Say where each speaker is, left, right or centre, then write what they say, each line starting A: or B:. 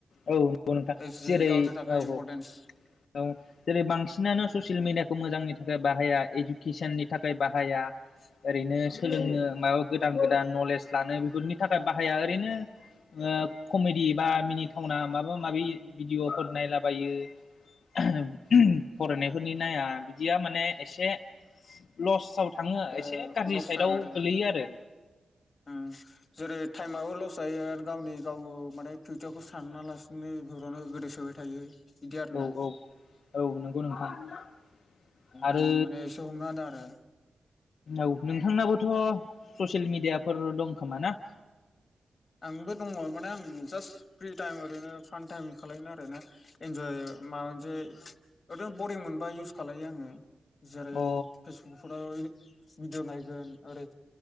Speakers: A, on the left (about 65°); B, on the left (about 35°).
A: औ नंगौ नोंथां
B: जि
A: जेरै
B: गावनि थाखाय
A: औ
B: इम्परटेन्स
A: औ। औ जेरै बांसिनानो ससियेल मिडियाखौ मोजांनि थाखाय बाहाया इडुकेसननि थाखाय बाहाया। ओरैनो सोलोंनो
B: औ
A: माबा गोदान गोदान नलेज लानो बेफोरनि थाखाय बाहाया ओरैनो ओ कमेडि बा मिनिथावना माबा माबि भिडिअफोर नायलाबायो आ उम फरायनाय खरनि नाया बिदिया माने एसे लसाव थाङो
B: ओ
A: एसे गाज्रि
B: लस
A: साइडआव
B: थागो आरो
A: गोलैयो आरो
B: उम जेरै टायेमाबो लस जायो आरो गावनि गाव माने फिउचारखौ साना लासिनो बेफोरावनो गोदोसोबाय थायो बिदि आरोना
A: औ औ औ नोंगौ नोंथां। <inaudible> आरो
B: आं माने एसे हमना होदों आरो
A: औ नोंथांनाबो थ' ससेेल मिदियाफोर दं खोमा ना?
B: आंबो दङ माने आं जास फ्रि टाइम ओरैनो फान टाइम खालायनो आरो ना इन्जय माबा मोनसे ओरैनो बरिं मोनबा इउस खालायो आङो। जेरै
A: अ
B: फेसबुकफोराव इदो भिडिअ नायगोन ओरै